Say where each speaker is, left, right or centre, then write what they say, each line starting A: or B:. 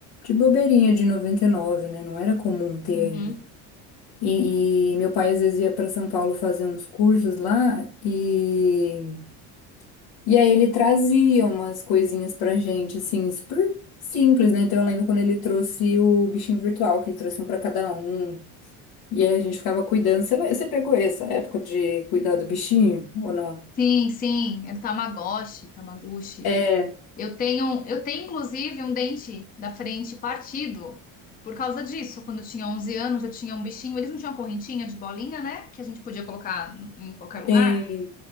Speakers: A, on the left (about 90°); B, on the left (about 20°).
A: de bobeirinha de 99, né? Não era comum ter
B: Uhum.
A: ainda. E, e meu pai às vezes ia para São Paulo fazer uns cursos lá e, e aí ele trazia umas coisinhas pra gente, assim, super simples, né? Então eu lembro quando ele trouxe o bichinho virtual, que ele trouxe um pra cada um. E aí a gente ficava cuidando. Você, você pegou essa época de cuidar do bichinho ou não?
B: Sim, sim, era Tamagotchi, Tamaguchi.
A: É,
B: Eu tenho, eu tenho inclusive um dente da frente partido por causa disso. Quando eu tinha 11 anos, eu tinha um bichinho, eles não tinham correntinha de bolinha, né? Que a gente podia colocar em qualquer lugar.
A: tem.